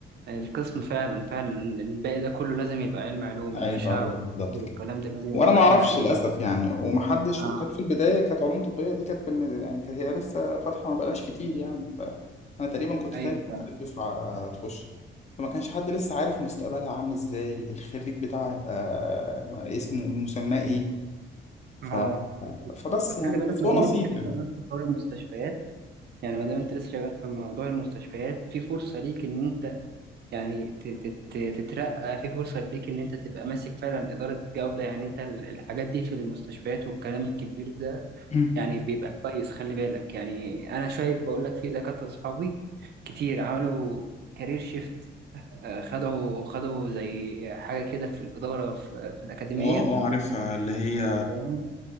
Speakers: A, on the right (about 55°); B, on the left (about 35°).
A: القسم فعلا فعلا الباقي ده كله لازم يبقى علم علوم
B: علوم
A: الاشعه والتفكير
B: بالظبط كده
A: والكلام ده لازم
B: وانا
A: يبقى
B: ما اعرفش
A: علم علوم
B: للاسف يعني ومحدش
A: اه
B: وكانت في البدايه كانت علوم طبيه دي كانت بالن- يعني كانت هي لسه فاتحه ما بقالهاش كتير يعني فانا تقريبا كنت
A: ايوه
B: تاني أو
A: فعلا
B: تالت دفعه آه، تخش فما كانش حد لسه عارف مستقبلها عامل ازاي الخريج بتاعها هيبقى آه، اسمه مسماه ايه ف...
A: اه
B: فبس
A: فخلي
B: يعني
A: بالك
B: بس
A: ما
B: هو
A: دام
B: نصيب
A: انت لسه
B: يعني
A: شغال في حوار المستشفيات يعني ما دام انت لسه شغال في موضوع المستشفيات في فرصه ليك ان انت يعني ت- ت- ت- تترقى في فرصه ليك ان انت تبقى ماسك فعلا اداره جوده يعني انت ال- الحاجات دي في المستشفيات والكلام الكبير ده
B: مم.
A: يعني بيبقى كويس خلي بالك يعني انا شايف بقول لك في دكاتره اصحابي كتير عملوا كارير شيفت خدوا خدوا زي حاجه كده في الاداره في, في الاكاديميه
B: اه اه عارفها اللي هي
A: فاهم